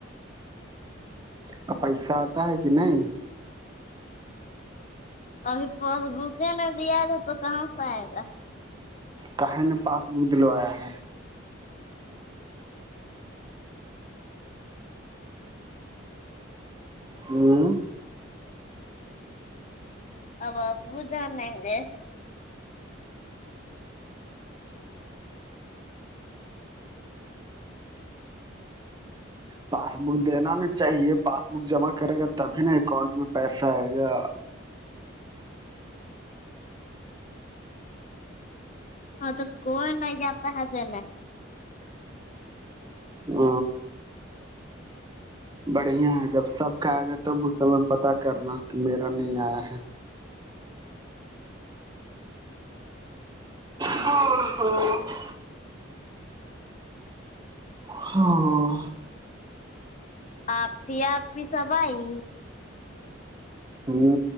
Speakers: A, on the right; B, on the left.
A: اور پیسہ آتا ہے کہ نہیں
B: ابھی فاس بک میں دیا تھا تو کہاں سے آئے گا
A: کہے نے پاس بک دلوایا ہے ہوں
B: ا اب ابو جانے دے
A: پاس بک دینا نہیں چاہیے پاس بک جمع کرے گا تبھی نا اکاؤنٹ میں پیسہ آئے گا
B: ہاں تو کوئی نے جاتا ہے دینے
A: ہ بڑھیا ہے جب سب کہ آیا گیا تب م سے پتا کرنا کہ میرا نہیں آیا ہے ہ ہاں ہاں
B: آپ ہی آپ بھی سب آئی
A: ہوں